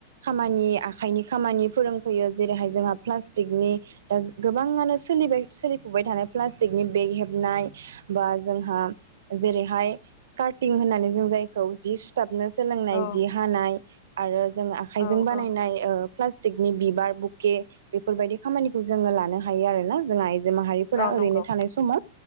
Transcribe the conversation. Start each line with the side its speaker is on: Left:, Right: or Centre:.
Right: खामानि आखाइनि खामानि फोरोंफैयो जेरैहाय जोंहा प्लास टिकनि दा गोबाङानो सोलिबाय सोलिफुबाय थानाय प्लास टिकनि बेग हेबनाय बाज जोंहा जेरैहाय कार्टिं होननानै जों जायखौ जि सुथाब बिनो सोलोंनाय
Left: औ
Right: जि हानाय आरो जों आखाइजों
Left: औ
Right: बानायनाय
Left: औ
Right: ओ प्लास्टिकनि बिबार बुके बेफोरबायदि खामानि खौ जोङो लानो हायो आरोना जोंहा आइजो माहारिफोरा
Left: औ
Right: ओरैनो
Left: नंगौ
Right: थानाय समाव